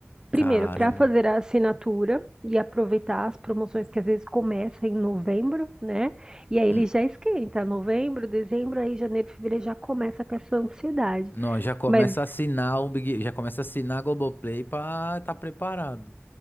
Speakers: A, on the right; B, on the left.
A: primeiro,
B: Caramba.
A: para fazer a assinatura e aproveitar as promoções que às vezes começam em novembro, né? E aí ele
B: Hum.
A: já esquenta, novembro, dezembro, aí janeiro, fevereiro já começa com essa ansiedade.
B: Não, já começa
A: Mas
B: a assinar o Big, já começa a assinar a Globoplay pra estar tá preparado.